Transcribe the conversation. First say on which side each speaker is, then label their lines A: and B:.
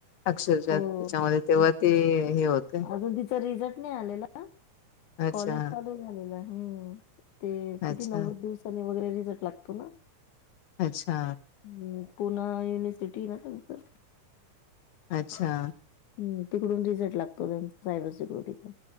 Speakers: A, on the left (about 65°); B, on the left (about 80°).
A: अक्षरशः
B: हो
A: त्याच्यामध्ये
B: तेच
A: तेव्हा ते
B: ना
A: हे होते.
B: अजून तिचं रिझल्ट नाही आलेला.
A: अच्छा
B: कॉलेज चालू झालेला. हो ते किती
A: अच्छा
B: नव्वद दिवसानी वगैरे रिझल्ट लागतो ना
A: अच्छा.
B: हम् पुना युनिव्हर्सिटी नसेल तर
A: अच्छा.
B: हम् तिकडून रिझल्ट लागतो त्यांचा सायबर सिक्युरिटीचा.